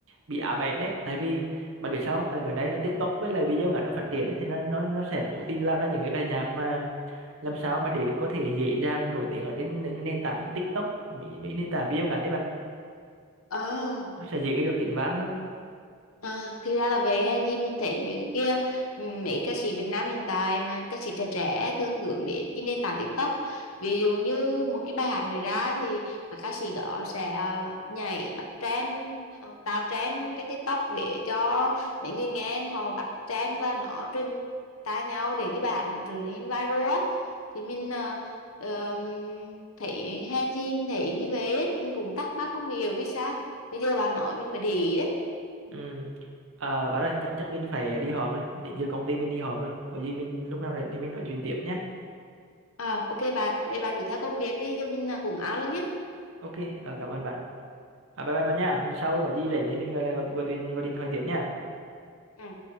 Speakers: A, on the right; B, on the left.
A: bị ám ảnh đấy tại vì bạn biết sao không? tại bữa nay nó TikTok với lại video ngắn nó phát triển ấy thì nó nó nó sẽ cố tình làm ra những cái bài nhạc mà làm sao mà để có thể dễ dàng nổi tiếng ở trên những nền tảng như TikTok mấy, mấy nền tảng video ngắn đấy bạn
B: Ờ
A: nó sẽ dễ cái được tiếng vang hơn
B: À, thì ra là vậy hay gì mình thấy những kia ừm, mấy ca sĩ Việt Nam hiện tại mà ca sĩ trẻ trẻ thường hướng đến cái nền tảng TikTok ví dụ như một cái bài hát mới ra thì các ca sĩ đó sẽ à, nhảy bắt trend à, tạo trend trên TikTok để cho mấy người nghe họ bắt trend và nó truyền tai nhau để cái bài hát nó trở nên viral á thì mình à, ờm, thấy hay gì mình thấy như vậy ấy. mình cũng thắc mắc không hiểu vì sao bây giờ bà nói mình mới để ý đấy
A: ừ. à, bạn ơi chắc chắc mình phải đi họp rồi định giờ công ty mình đi họp rồi có gì mình lúc nào rảnh thì mình nói chuyện tiếp nhé
B: À, ok bạn, vậy bạn cứ theo công việc đi, cho mình là cũng áo luôn nhé.
A: ok ờ, cảm ơn bạn À, bye bye bạn nha. Lần sau có gì rảnh thì mình gọi là gọi, gọi, điện- gọi điện thoại tiếp nha.
B: Ừ.